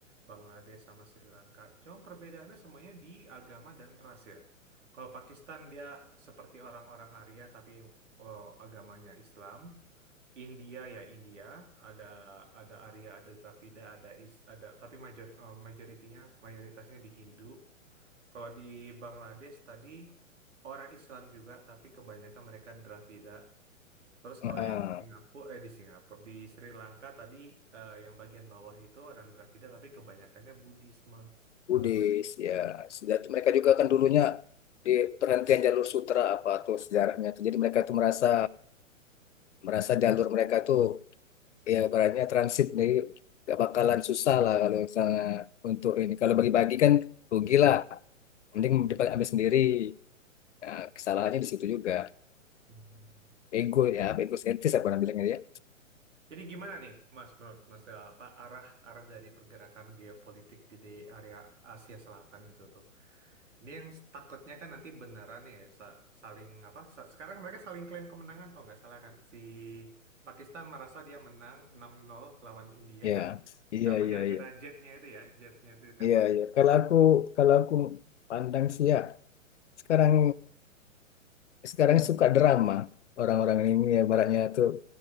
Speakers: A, on the right; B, on the left.
A: Bangladesh sama Sri Lanka. Cuma perbedaannya semuanya di agama dan ras ya. Kalau Pakistan dia seperti orang-orang Arya tapi oh, agamanya Islam. India ya India ada ada Arya ada Dravida ada Is ada tapi major eh, majoritinya mayoritasnya di Hindu kalau di Bangladesh tadi orang Islam juga tapi kebanyakan mereka Dravida terus
B: heeh.
A: kalau yang di Singapura eh di Singapura di Sri Lanka tadi eh, yang bagian bawah itu orang Dravida tapi kebanyakannya Budisme
B: Buddhis
A: malah
B: ya sudah itu mereka juga kan dulunya di perhentian jalur sutra apa tuh sejarahnya tuh. Jadi mereka tuh merasa merasa jalur mereka tuh ya baratnya transit jadi gak bakalan susah lah kalau misalnya untuk ini kalau bagi-bagi kan rugi lah mending
A: Hmm.
B: dipakai ambil sendiri Nah, kesalahannya di situ juga
A: Hmm.
B: ego ya apa ego sentis apa orang bilangnya ya
A: Jadi gimana nih, Mas, menurut Mas, eh, apa arah arah dari pergerakan geopolitik di, di area Asia Selatan itu tuh? Ini yang s- takutnya kan nanti beneran ya sa- saling apa? sa- sekarang mereka saling klaim kemenangan kok nggak salah kan? Si Pakistan merasa dia menang 6-0 lawan India. <laughs>
B: ya iya
A: Apa
B: iya
A: gara-gara
B: iya
A: jetnya itu ya? Jetnya itu ditembak.
B: iya iya kalau aku kalau aku pandang sih ya sekarang sekarang suka drama orang-orang ini ya baratnya tuh